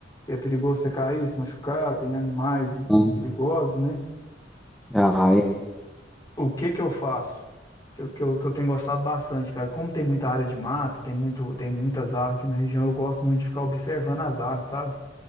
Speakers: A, on the left; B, in the centre.
A: É perigoso você cair, se machucar, tem animais
B: né?
A: perigosos, né?
B: Ah, é.
A: O que que eu faço? Que eu, que eu, que eu tenho gostado bastante, cara. Como tem muita área de mata, tem muito, tem muitas aves aqui na região, eu gosto muito de ficar observando as aves, sabe?